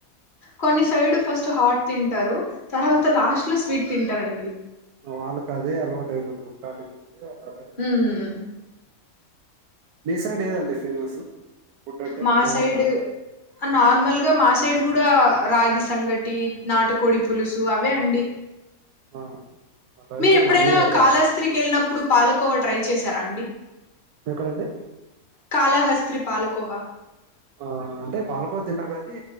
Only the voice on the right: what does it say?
వాల్ కదే అలువాట్ అయిపోతుంది స్టార్టింగ్ ఏదో అట్లా
మీస్సైడ్ ఏదండి ఫేమస్ ఫుడ్ అంటే
మామూలుగా
ఆ, అలా
అయితే
మాది అదే
ఎక్కడండి
ఆ అంటే పాలకో తిన్నా గాని